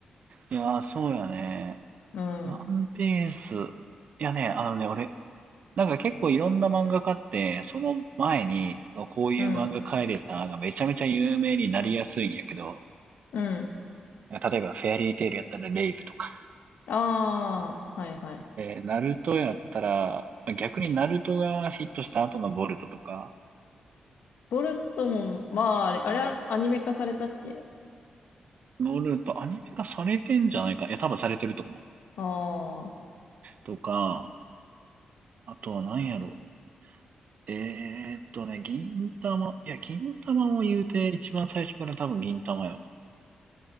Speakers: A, on the right; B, on the left.
A: いやー、そうやね。
B: うん、
A: ワンピース。いやね、あのね、俺、なんか結構いろんな漫画家って、その前に、こういう漫画描いてたがめちゃめちゃ有名になりやすいんやけど、
B: うん、うん。
A: 例えばフェアリーテイルやったらレイブとか、
B: ああ、はいはい。
A: えーナルトやったら、逆にナルトがヒットした後のボルトとか、
B: ボルトも、まあ、あれ、あれ、アニメ化されたっけ
A: ボルトアニメ化されてんじゃないか。いや、多分されてると思う。
B: ああー。
A: とか、あとは何やろう。えーっとね、銀玉、いや、銀玉も言うて一番最初から多分銀玉やわ。